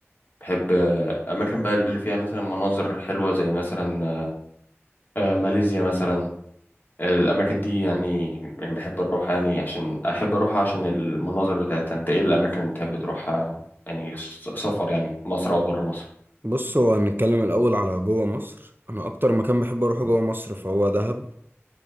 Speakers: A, on the left; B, on the right.
A: بحب آه، أماكن بقى اللي فيها مثلا مناظر حلوة زي مثلا آه، ماليزيا مثلا الأماكن دي يعني يعني بحب أروح يعني عشان أحب أروح عشان المناظر بتاعتها أنت إيه الأماكن اللي بتحب تروحها يعني س- سفر يعني في مصر أو برا مصر
B: بص هو هنتكلم الاول على جوه مصر انا اكتر مكان بحب اروحه جوه مصر فهو دهب